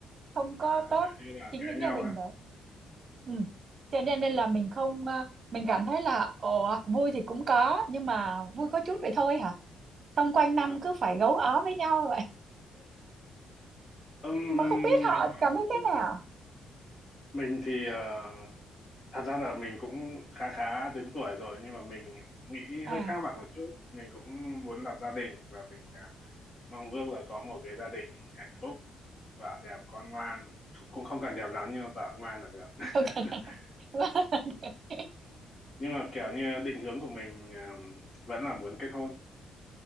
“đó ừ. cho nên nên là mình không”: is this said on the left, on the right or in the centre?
Right